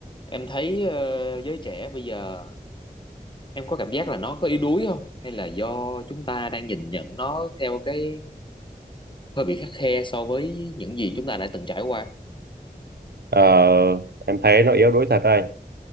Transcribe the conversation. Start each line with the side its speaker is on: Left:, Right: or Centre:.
Left: Em thấy ờ, giới trẻ bây giờ em có cảm giác là nó có yếu đuối không? Hay là do chúng ta đang nhìn nhận nó theo cái hơi bị khắt khe so với những gì chúng ta đã từng trải qua?
Right: Ờ, em thấy nó yếu đuối thật đây